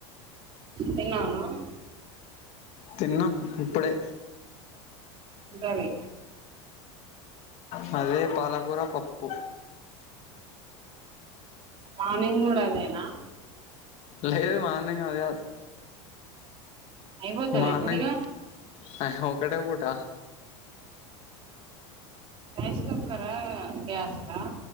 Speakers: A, on the right; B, on the left.
A: తిన్నావ నువ్వు
B: తిన్నాం ఇప్పుడే
A: ఉండాలి
B: మాది పాలకూర పప్పు
A: మార్నింగ్ కూడా అదేనా
B: లేదు మార్నింగ్ అది కాద్
A: అయిపోతదా
B: మార్నింగ్
A: ఇప్పుడు ఇగ
B: ఆ ఒక్కటే పూట
A: రైస్ కుక్కరా గ్యాస్ రా